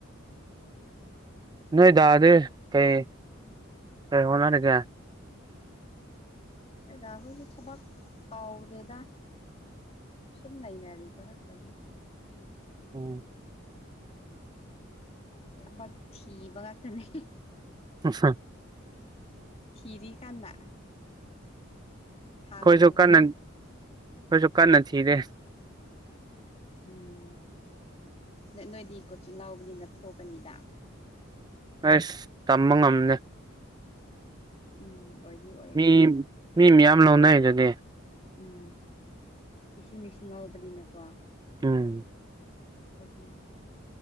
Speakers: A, on the right; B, on the left.
A: ꯅꯣꯏ ꯗꯥ ꯗꯤ ꯀꯩ ꯀꯩ ꯍꯣꯠꯅꯔꯤꯒꯦ
B: ꯑꯩꯈꯣꯏ ꯗꯥ ꯍꯣꯏꯁꯨ ꯊꯕꯛ ꯇꯧꯗꯦꯗ ꯁꯨꯝ ꯂꯩꯥꯅꯔꯤꯕ ꯉꯥꯛꯇꯅꯤ
A: ꯎꯝ
B: ꯊꯕꯛ ꯊꯤꯕ ꯉꯥꯛꯇꯅꯦ
A: <unintelligible>
B: ꯊꯤꯔꯤ ꯀꯟꯅ ꯐꯪꯗ꯭ꯔꯤ
A: ꯈꯣꯏꯖꯨ ꯀꯟꯅ ꯈꯣꯏꯖꯨ ꯀꯟꯅ ꯊꯤꯔꯦ
B: ꯎꯝ ꯅꯣꯏ ꯅꯣꯏꯗꯤ ꯀꯣꯆꯤꯡ ꯂꯥꯎꯕꯅꯤꯅ ꯊꯣꯛꯀꯅꯤꯗ
A: ꯑꯁ ꯇꯝꯕ ꯉꯝꯗꯦ
B: ꯎꯝ ꯑꯣꯏꯗꯤ ꯑꯣꯏꯌꯦ
A: ꯃꯤ
B: ꯍꯣꯏ
A: ꯃꯤ ꯃꯌꯥꯝ ꯂꯧꯅꯩ ꯗꯨꯗꯤ
B: ꯎꯝ ꯂꯤꯁꯤꯡ ꯂꯤꯁꯤꯡ ꯉꯥꯎꯕꯅꯤꯅꯀꯣ
A: ꯎꯝ
B: ꯑꯗꯨꯅ ꯍꯣꯏ